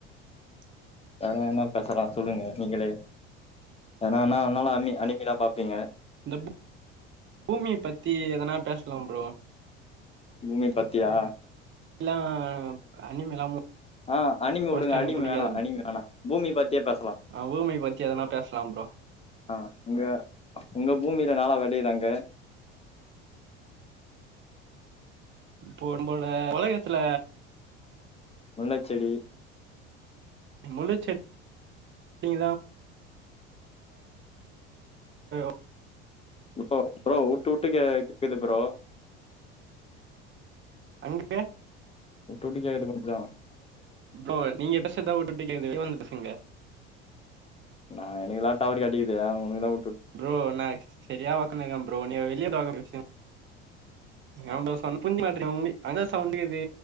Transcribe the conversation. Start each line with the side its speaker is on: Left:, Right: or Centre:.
Right: <unintelligible>
Left: வேற என்ன பேசலாம் சொல்லுங்க நீங்களே ஏன்னா என்னால அ அனிமிலா பாப்பீங்க
Right: இந்த பூமிய பத்தி எதனா பேசலாம் புரோ
Left: பூமிய பத்தியா
Right: இல்ல அனிமிலாம்
Left: ஆஹ அனிமி வுடுங்க
Right: மோஸ்டா எனக்கு
Left: அனிமி
Right: பிடிக்காது
Left: வேணாம் அனிமி வேணாம் பூமிய பத்தியே பேசலாம்
Right: அஹ் பூமியை பத்தி எதனா பேசலாம் ப்ரோ
Left: ஆஹ உங்க உங்க பூமியில நல்லா வெளையுதாங்க
Right: போடும் போடுற <unintelligible> உலகத்துல
Left: முல்லச் செடி
Right: முழு செடிான் <unintelligible>
Left: புரோ புரோ உட்டு உட்டு கேக்குது புரோ
Right: அங்கே
Left: உட்டு உட்டு கேக்குது கொஞ்சம்
Right: இ நீங்க எிட்ட சதா விட்டுே வந்துட்டு <unintelligible> சிங்கர் <unintelligible>
Left: நா எனக்குல்லாம் டவர் கெடைக்குது உனக்குதான்
Right: ப்ரோ நான் சரியா வாக்குன்னுக்கேன் ப்ரோ நீ வெளியே த வாச <unintelligible> அவ்ள புஞ்சு மாட்டுன் உங்க அங்க சவுண்டக்குது